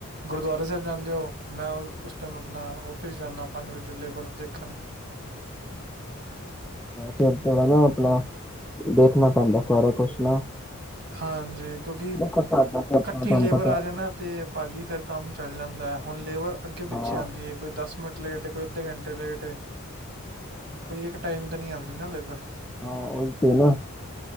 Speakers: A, on the right (about 55°); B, in the centre.
A: ਗੁਰਦੁਆਰੇ ਸਾਹਿਬ ਜਾਂਦੇ ਹੋ ਮੈਂ ਉਸ ਟਾਈਮ ਆਪਣਾ ਔਫਿਸ ਜਾਣਾ ਪੰਜ ਵਜੇ ਲੇਬਰ ਦੇਖਣ
B: ਫਿਰ ਥੋੜਾ ਨਾ ਆਪਣਾ ਦੇਖਣਾ ਪੈਂਦਾ ਸਾਰਾ ਕੁਛ ਨਾ
A: ਹਾਂਜੀ ਕਿਉਂਕਿ
B: ਦੇਖੋ ਸਾਡਾ ਤੇ ਆਪਣਾ
A: ਕੱਟੀ
B: ਤੁਹਾਨੂੰ
A: ਲੇਬਰ
B: ਪਤਾ
A: ਆ
B: ਹੈ।
A: ਜਾਣਾ ਤੇ ਭਾਜੀ ਫਿਰ ਕੰਮ ਚੱਲ ਜਾਂਦਾ <unintelligible> ਹੁਣ ਲੇਬਰ ਅੱਗੇ ਪਿੱਛੇ
B: ਹਾਂ
A: ਆਉਂਦੀ ਹੈ ਕੋਈ ਦਸ ਮਿੰਟ ਲੇਟ ਕੋਈ ਅੱਧੇ ਘੰਟੇ ਲੇਟ ਕੋਈ ਇੱਕ ਟਾਈਮ ਤੇ ਨੀ ਆਉਂਦੇ ਨਾ ਲੇਪਰ
B: ਹਾਂ ਉਹੀ ਤੇ ਨਾ